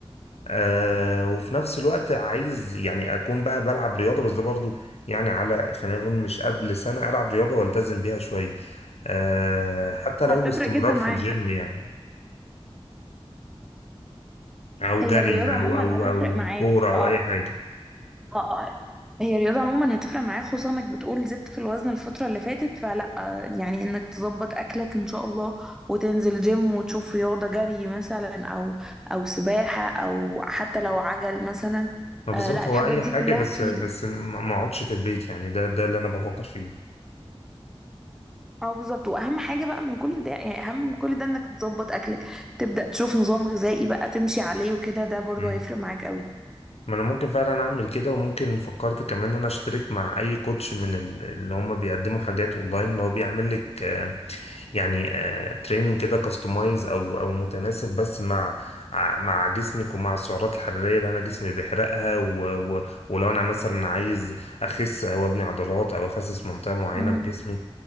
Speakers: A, on the left; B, in the centre.
A: آه، وفي نفس الوقت عايز يعني اكون بقى بلعب رياضه بس ده برضو يعني على خلينا نقول مش قبل سنه العب رياضه والتزم بيها شويه آه، حتى لو
B: هتفرق
A: استمرار
B: جدا معاك
A: في الجيم يعني او
B: هي
A: جري
B: الرياضة عموما
A: او او
B: هتفرق
A: او
B: معاك
A: كوره
B: اه
A: او اي حاجه
B: اه آه. هي الرياضة عموما هتفرق معاك خصوصا انك بتقول زدت في الوزن الفترة اللي فاتت فلا آه، يعني انك تظبط اكلك ان شاء الله وتنزل جيم وتشوف رياضة جري مثلا او او سباحة او حتى لو عجل مثلا
A: ما بالظبط
B: آه لا الحاجات
A: هو اي
B: دي
A: حاجه
B: كلها
A: بس
B: هتفيدك
A: بس ما ما اقعدش في البيت يعني ده ده اللي انا بفكر فيه
B: اه بالظبط واهم حاجة بقى من كل ده يعني اهم من كل ده انك تظبط اكلك تبدأ تشوف نظام غذائي بقى تمشي عليه وكده ده برضو
A: مم.
B: هيفرق معاك قوي
A: ما انا ممكن فعلا اعمل كده وممكن فكرت كمان ان انا اشترك مع اي كوتش من ال- اللي هم بيقدموا حاجات اونلاين اللي هو بيعمل لك آه، يعني تريننج كده كاستمايز او او متناسب بس مع ع- مع جسمك ومع السعرات الحراريه اللي انا جسمي بيحرقها و- و- ولو انا مثلا عايز اخس او ابني عضلات او اخسس منطقه معينه
B: مم.
A: في جسمي